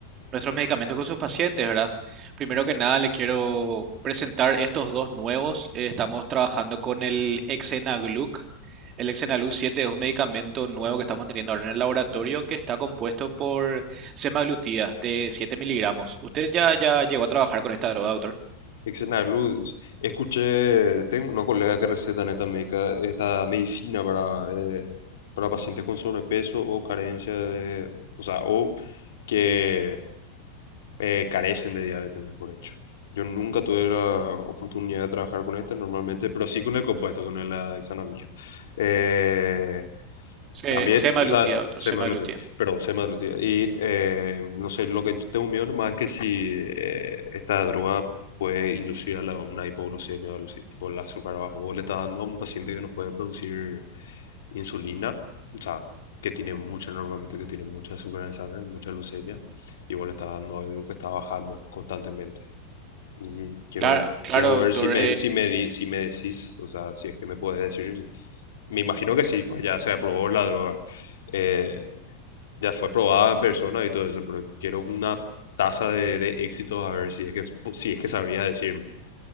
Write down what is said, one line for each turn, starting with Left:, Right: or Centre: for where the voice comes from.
Right: nuestros medicamentos con sus pacientes, ¿verdad? Primero que nada, le quiero presentar estos dos nuevos. Eh, estamos trabajando con el Exenagluc. El Exenagluc 7 es un medicamento nuevo que estamos teniendo ahora en el laboratorio que está compuesto por semaglutida de 7 miligramos. ¿Usted ya, ya llegó a trabajar con esta droga, doctor?
Left: Excelente, Escuché, tengo una colega que receta esta, médica, esta medicina para, eh, para pacientes con sobrepeso o carencia de, o sea, o que eh, carecen de diabetes, mejor dicho. Yo nunca tuve la oportunidad de trabajar con esta normalmente, pero sí con el compuesto, con el- la dexanamida. Eh,
Right: Se-
Left: también,
Right: semaglutida,
Left: o sea,
Right: doctor,
Left: se
Right: semaglutida.
Left: me semaglutida, perdón, se me semaglutida. Y eh, no sé, lo que yo tengo miedo nomás es que si eh, esta droga puede inducir a la- una hipoglucemia o algo así, tipo el azúcar bajo. Vos le estás dando a un paciente que no puede producir insulina, o sea, que tiene mucha, normalmente que tiene mucha azúcar en sangre, mucha leucemia igual está dando algo que está bajando constantemente. Y quiero,
Right: Claro, claro,
Left: quiero ver
Right: doctor.
Left: si me, si me, di- si me decís, o sea, si es que me puedes decir. Me imagino que sí, pues ya se aprobó la droga. Eh, ya fue probada en persona y todo eso, pero quiero una tasa de, de éxito a ver si es que, si es que sabría decirme.